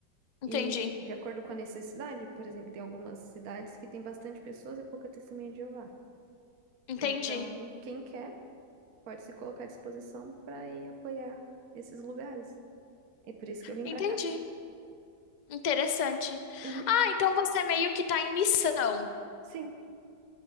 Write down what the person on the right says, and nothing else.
E de acordo com a necessidade, por exemplo, tem algumas cidades que tem bastante pessoas e pouca testemunha de Jeová.
Então, quem quer pode se colocar à disposição para ir apoiar esses lugares. É por isso que eu vim
para cá.
Uhum,
Sim.